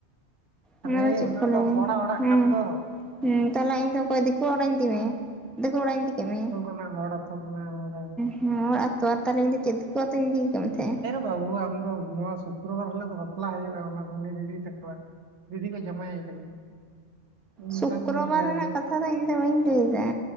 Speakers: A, on the right; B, in the centre.
A: ᱟᱨᱮ
B: ᱦᱮ ᱟᱫᱚ ᱪᱮᱫ
A: ᱚᱱᱟ
B: ᱠᱚ
A: ᱫᱚ
B: ᱞᱟᱹᱭᱟ
A: ᱦᱚᱲᱟᱜ ᱚᱲᱟᱜ
B: ᱦᱮ
A: ᱠᱟᱱ ᱫᱚ
B: ᱦᱮ ᱛᱟᱦᱚᱞᱮ ᱤᱧ ᱫᱚ ᱚᱠᱚᱭ ᱫᱤᱠᱩ ᱚᱲᱟᱜ ᱤᱧ ᱤᱫᱤ ᱢᱮᱭᱟ ᱫᱤᱠᱩ ᱚᱲᱟᱜ ᱤᱧ ᱤᱫᱤ ᱠᱮᱫ ᱢᱮᱭᱟ
A: ᱚᱱᱟ ᱦᱚᱲ ᱟᱹᱛᱩ ᱠᱟᱱᱟ ᱱᱚᱰᱮ
B: ᱦᱮ ᱦᱚᱲ ᱟᱛᱳ ᱟᱨ ᱛᱟᱦᱟᱞᱮ ᱤᱧ ᱫᱚ ᱪᱮᱫ ᱫᱤᱠᱩ ᱟᱹᱛᱩ ᱤᱫᱤ ᱟᱠᱟᱫ ᱢᱮ ᱛᱟᱦᱮᱜ-ᱟ᱾
A: ᱵᱟᱹᱵᱩᱣᱟᱜ ᱟᱢ ᱫᱚ ᱱᱚᱣᱟ ᱥᱩᱠᱨᱚ ᱵᱟᱨ ᱦᱤᱞᱚᱜ ᱫᱚ ᱵᱟᱯᱞᱟ ᱦᱩᱭᱩᱜ-ᱟ᱾ ᱚᱱᱟ ᱫᱚ ᱩᱱᱤ ᱫᱤᱫᱤᱭ ᱛᱟᱠᱚᱣᱟᱜ ᱫᱤᱫᱤ ᱠᱚ ᱡᱟᱢᱟᱭᱮ ᱠᱟᱱᱟ ᱤᱧ ᱢᱮᱛᱟᱢ
B: ᱥᱩᱠᱨᱚ
A: ᱠᱟᱱ ᱛᱟᱦᱮᱸ
B: ᱵᱟᱨ ᱨᱮᱱᱟᱜ ᱠᱟᱛᱷᱟ ᱫᱚ ᱤᱧ ᱫᱚ ᱵᱟᱹᱧ ᱞᱟᱹᱭ ᱫᱟ